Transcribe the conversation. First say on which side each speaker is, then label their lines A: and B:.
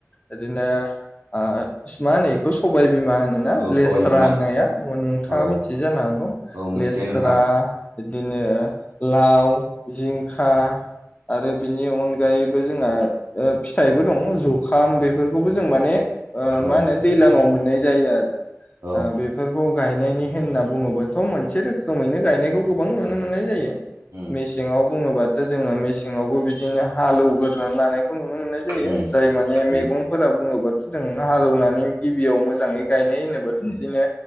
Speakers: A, on the left; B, on the right.
A: इदिनो आ मा होनो बेखौ सबाय बिमा होनोना
B: औ
A: लेस्रा
B: सबाय बिमा
A: होननाया नोंथाङा
B: औ
A: मिथियो जानो हागौ।
B: औ मिथियो
A: लेस्रा
B: नोंथां
A: बिदिनो लाव, जिंखा, आरो बिनि अन गायैबो जोंहा फिथाइबो दं जुखाम बेफोरखौबो जों माने ओ
B: औ
A: मा होनो दैजलाङाव मोननाय जायो आरो।
B: औ
A: ओ बे बेफोरखौ गायनायनि होनना बुङोब्लाथ' मोनसे रोखोमैनो गायनायखौ गोबां नुनो मोननाय जायो।
B: उम
A: मेसेङाव बुङोबाथ' जोङो मेसेङावबो बिदिनो हालौवगोरानै लानाय खौ नुनो मोननाय जायो
B: उम
A: जाय माने मैगंफोरा
B: उम
A: बुङोबा जों हालेवनानै गिबियाव मोजाङै गायनाय होनोबाथ' बिदिनो